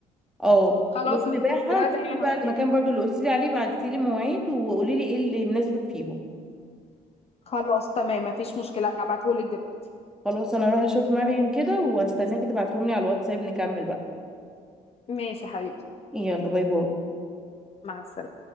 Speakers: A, in the centre; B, on the left.
A: اه
B: خلاص
A: والسباحه
B: ماشي دلوقتي
A: تشوفي
B: حالا
A: بقى
B: هبعتهالك
A: المكان برضو اللي قلت لي عليه بعتي لي مواعيد وقولي لي ايه اللي مناسبك فيهم
B: خلاص تمام مفيش مشكلة هبعتهولك دلوقتي
A: خلاص انا هروح اشوف مريم كده واستناكي تبعتهم لي على الواتساب نكمل بقى
B: ماشي يا حبيبي
A: يلا باي باي
B: مع السلامة